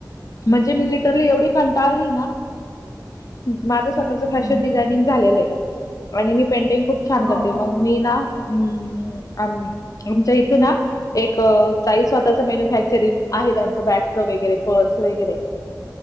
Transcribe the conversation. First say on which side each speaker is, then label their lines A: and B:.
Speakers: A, on the left; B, on the left.
A: म्हणजे मी लिटरला एवढी कंटाळली ना माझ स्वतःच
B: हम्म
A: फॅशन डिझायनिंग झालेलं आहे आणि मी पेंटिंग खूप छान
B: हो
A: करते
B: हो
A: मग मी नाम आमच्या इथे ना एक काही स्वतःच मॅन्युफॅक्चरिंग आहे त्यांचं बॅगचं वगैरे पर्स वरे